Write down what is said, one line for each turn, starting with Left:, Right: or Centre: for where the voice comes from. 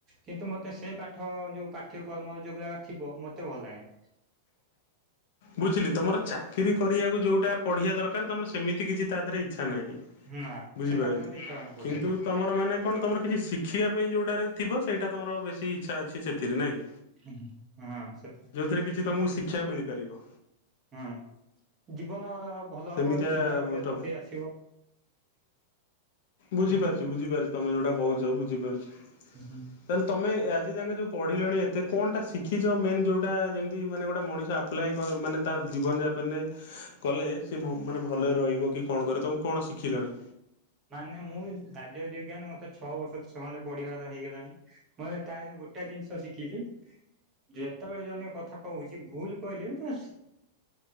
Right: କିନ୍ତୁ ମୋତେ ସେ ପାଠ ଯୋଉ ପାଠ୍ୟ କର୍ମ ଯୋଉ ଗୁରାକ୍ ଥିବ ମୋତେ ଭଲ ଲାଗେନି।
Left: ବୁଝିଲି ତମର ଚାକିରି କରିବାକୁ ଯୋଉଟା ପଢିବା ଦରକାର ତମର ସେମିତି କିଛି ତା ଦେହରେ ଇଚ୍ଛା ନାହିଁ।
Right: ନା
Left: ବୁଝିପାରୁଛି
Right: ସେ ପାଠ ମତେ ଇଚ୍ଛା ହୁଏନା ପଢିବାକୁ
Left: କିନ୍ତୁ? ତମର ମାନେ କଣ ତମର କିଛି ଶିଖିବା ପାଇଁ ଯୋଉଟାରେ ଥିବ। ସେଇଟା ତମର ବେଶୀ ଇଚ୍ଛା ଅଛି ସେଥିରେ ନା କି।
Right: ହୁଁ ହୁଁ ହାଁ ସେ
Left: ଯଉଥିରେ କିଛି ତମକୁ ଶିକ୍ଷା ମିଳିପାରିବ।
Right: ହୁଁ ହଁ ଜୀବନର ଭଲ
Left: ସେମିତିଆ
Right: ହବ ଚିନ୍ତା କରିବା
Left: ମୁଁ ତ
Right: ଶକ୍ତି ଆସିବ
Left: ବୁଝିପାରୁଛି
Right: ସେଇ
Left: ବୁଝିପାରୁ ତମେ ଯେଉଟା କହୁଛ ବୁଝିପାରୁଛି।
Right: ହୁଁ ହୁଁ।
Left: ତାହେଲେ ତମେ ଆଜି ଯାକେ ଯୋଉ ପଢିଲଣି ଏତେ କଣଟା ଶିଖିଛ। ମେନ୍ ଯୋଉଟା ଯେମିତି ମାନେ ଗୋଟେ ମଣିଷ ଆ ଆପ୍ଲାଏ କ ମାନେ ତା ଜୀବନଯାପନରେ କଲେ। ସେ ମାନେ ଭଲରେ ରହିବ କି କଣ କରିବ ତମେ କଣ ଶିଖିଲଣି?
Right: ମାନେ ମୁଁ ରାଜନୀତି ବିଜ୍ଞାନ ମତେ ଛଅ ବର୍ଷ ଛ ଖଣ୍ଡେ ପଢିବାର ହେଇଗଲାଣି। ମୁଁ ତା ଦିହରୁ ଗୋଟେ ଜିନିଷ ଶିଖିଲି। ଯେତେବେଳେ ଜଣେ କଥା କହୁଛି ଭୁଲ କହିଲେ ବି ତା